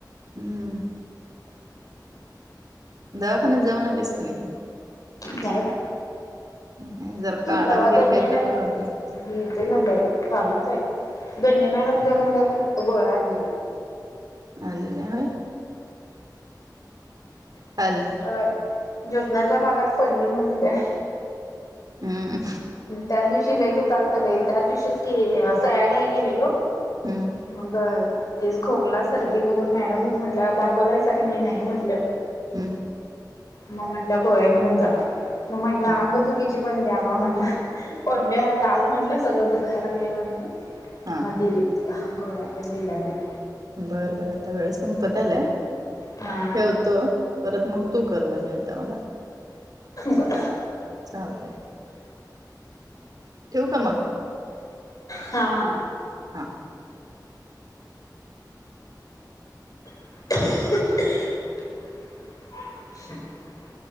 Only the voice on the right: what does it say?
हम्म दवाखान्यात जाऊन आलेस का नाही?
नाही जर काढा
वगैरे
काहीतरी
करून पी
अज का्या हो चालेल.
हम्म
हम्म
हम्म.
हा
हा
बरं बरं आता वेळेस संपत आलाय.
ठेवतो परत मग तू कर म्हणे आता मला
चालते ठेव का मग
हा.